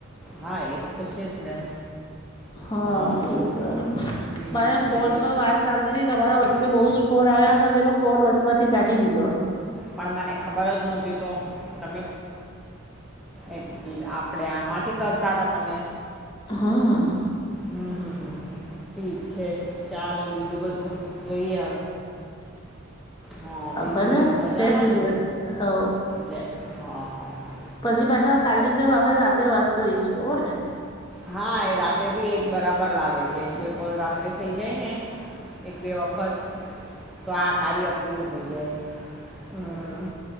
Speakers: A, in the centre; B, on the left (about 20°).
A: હા, એતો છેજ ને
B: હા,
A: હં હં
B: એવું કરવાનું
A: ઠીક
B: મારે
A: છે
B: ફોન
A: બી
B: પર વાત પા સાલથી તમારા વચ્ચે બહુ જ ફોર આવ્યા ત મેમે તો ફોન વચમાંથી કાઢી દીધો.
A: પણ મને ખબર જ નહોતી તો તમે એટલે આપણેે આમાંથી કરતા હતા તમે.
B: હા.
A: હમ હમ હમ ઠીક છે ચાલો બીજું બધું જોઈએ હા બીજું
B: ભલે
A: બધું મજામા
B: જય શ્રી
A: ને
B: કૃષ્ણ હો
A: જ હા હા. હા
B: પછી પાછા કાલીની જેમ આપડે રાતે વાત કરીશું હને
A: હા, એ રાતે બી એક બરાબર લાગે છે, એક બે ફોન રાત્રે થઇ જાય ને. એક બે વખત. તો આ કાર્ય પૂરું થઈ જાય, હા.